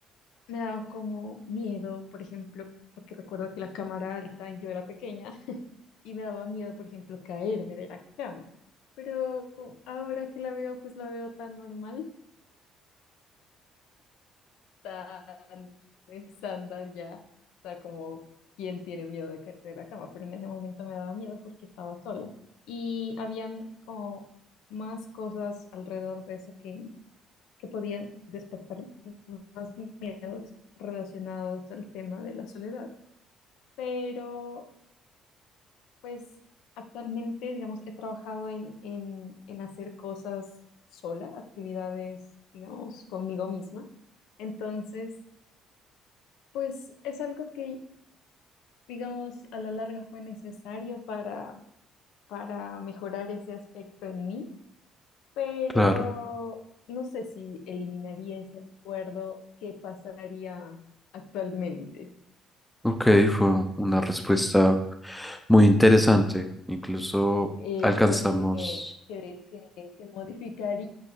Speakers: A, on the left (about 90°); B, in the centre.
A: me daba como miedo, por ejemplo, porque recuerdo que la cama era alta y yo era pequeña <laughs> y me daba miedo, por ejemplo, caerme de la cama. Pero ahora que la veo, pues la veo tan normal, tan <laughs> estándar ya, o sea, como quién tiene miedo de caerse de la cama, pero en ese momento me daba miedo porque estaba sola y habían como más cosas alrededor de eso que que podían despertar más miedos relacionados al tema de la soledad. Pero pues actualmente, digamos, he trabajado en, en, en hacer cosas sola, actividades, digamos, conmigo misma. Entonces, pues es algo que, digamos, a la larga fue necesario para, para mejorar ese aspecto en mí pero
B: Claro,
A: no sé si eliminaría ese recuerdo, ¿qué pasaría actualmente?
B: ok, fue una respuesta muy interesante. Incluso
A: Eh,
B: alcanzamos...
A: ¿crees que, que, que- que modificaría